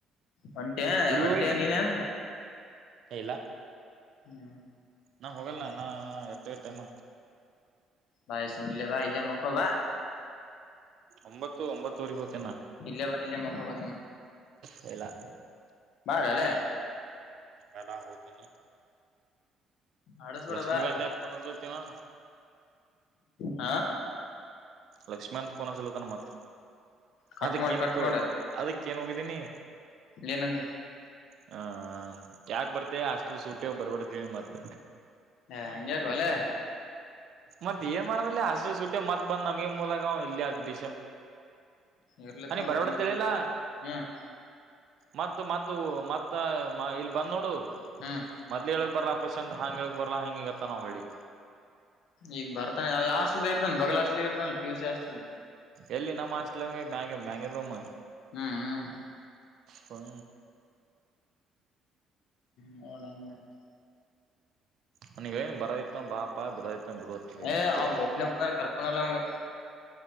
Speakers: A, on the left (about 75°); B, on the right (about 65°).
A: ಹೊಂಟೀಯೆ
B: ಊರಿಗ್
A: ಹೊಂಟಿಯ
B: ಹೋಗಿಲ್ ನೀ
A: ನೀನೇ
B: ಇಲ್ಲ
A: ಹ್ಮ್
B: ನಾ ಹೋಗಲ್ಲನಾ ಇನಾ ಎಷ್ಟ ಆಗದ ಟೈಮ
A: ಬಾಯಸುಮ್ಮ ಇಲ್ಲೆ ಬಾ ಇಲ್ಲೆ ಮಕ್ಕೊ ಬಾ
B: ಒಂಬತ್ತು ಒಂಬತ್ತೂ ಒರಿ ಹೋಗತೂ
A: ಇಲ್ಲೇ ಬಾ ಇಲ್ಲೇ ಮಕ್ಕೊ ಬಾ ಸುಮ್
B: ಹೇ ಇಲ್ಲಾ
A: ಬಾರೋಲೆ
B: ಇಲ್ಲಾ ಹೋಗತೀನಿ
A: ಆಡಸ್ಬೇಡ
B: ಲಕ್ಷ್ಮೀಕಾಂತ
A: ಬಾ
B: ಯಾಕ್ ಫೋನ್ ಹಚಲತನ್ನಿವಾ
A: ಹಾ
B: ಲಕ್ಷ್ಮಿಕಾಂತ್ ಫೋನ್ ಅಚ್ಚಲತನ್ ಮತ್
A: ಕಟ್
B: ಅದಕ್ಕ
A: ಮಾಡ
B: ಏನಕ್ಕ
A: ಕಟ್ ಮಾಡ
B: ಅದಕ್ ಕ್ಕೆನ ಹೋಗಿದ್ದೀನಿ
A: ಏನಂದಿ
B: ಹ ಯಾಕ ಬರ್ತೆ ಹಾಸ್ಟೇಲ್ ಸುಟಿ ಅವ ಬರ್ಬೇಡ ಅಂತ ಹೇಳಿನ ಮತ್ತ
A: ಹೇ ಅಂಗ ಯಾಕೋಲೆ
B: ಮತ್ತ ಏನ್ ಮಾಡದಲ್ಲೆ ಹಾಸ್ಟೆಲ್ ಸುಟ್ಟಿ ಅವ ಮತ್ ಬಂದ್ ನಮಗೆ ಮೂಲ ಆಗವ ಇಲ್ಲೆ ಅದ್ ಬ
A: ಇರ್ಲಿತ್ತ
B: ಅವ್ನಿಗ ಬರಬೇಡ
A: ಬಂದ್ರ
B: ಅಂತ ಹೇಳಿಲ್ಲ
A: ಬಲ್ಲ ಹ್ಮ್
B: ಮತ್ತ ಮತ್ತ ಇಲ್ಲಿ ಬಂದ್ ನೋಡು
A: ಹ್ಮ್
B: ಮೊದ್ಲೇ ಹೇಳಕ ಬರಲ ಪ್ರಸಂದ್ ಅಂಗ ಹೇಳಾಕ ಬರಲ್ಲ ಹಂಗ ಇಂಗ ಅಂತನವ ಹೊಳ್ಳಿ
A: ಈಗ ಬರ್ತಾನ ಯಾವ ಹಾಸ್ಟಲದಗ ಇರ್ತಾನೆ ಬಗಲ ಹಾಸ್ಟೆಲ್ ಇರ್ತಾನ ಪಿ ಯು ಸಿ ಹಾಸ್ಟಲ್
B: ಎಲ್ಲಿ ನಮ್ಮ್ ಹಾಸ್ಟೆಲ್ ಮ್ಯಾಗಿ ಮ್ಯಾಗಿನ ರೂಮ
A: ಹ್ಮ್ ಹ್ಮ್
B: ಹ್ಮ
A: ನೋಡ ಹೆಂಗ ಮಾಡತಿ
B: ಅವನಿಗ ಹೇಳೀನಿ ಬರೋದ ಇತ್ತ ಅಂದ್ರ ಬಾ ಅಂತ ಪ್ಪಾ ಬಿಡದಿತ ಬಿಡು ಅಟ್ಟೆ
A: ಏ ಒಬ್ನೇ ಬ ಕರ್ಕೊಂಡಲ್ಲ ಅವಂಗ